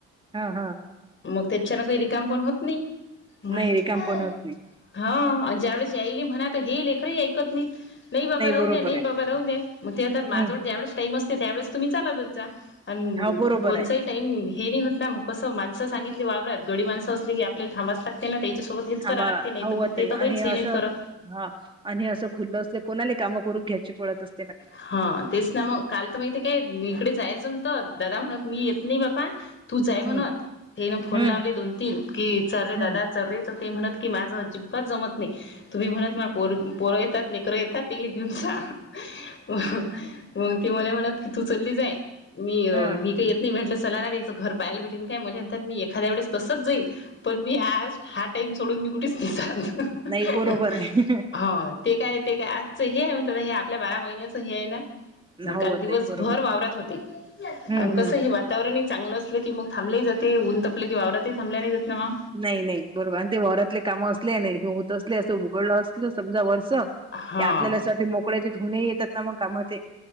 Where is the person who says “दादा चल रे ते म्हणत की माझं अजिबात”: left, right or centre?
Left